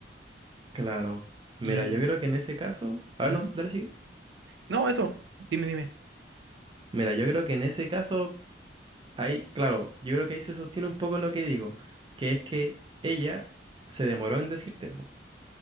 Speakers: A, on the right; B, on the right.
A: Claro. Mira,
B: Y...
A: yo creo que en ese caso. A
B: ujú.
A: ver, no, dale, sigue.
B: No, eso, dime, dime.
A: Mira, yo creo que en ese caso Ahí, claro, yo creo que ahí se sostiene un poco lo que digo, que es que ella se demoró en decirte, po,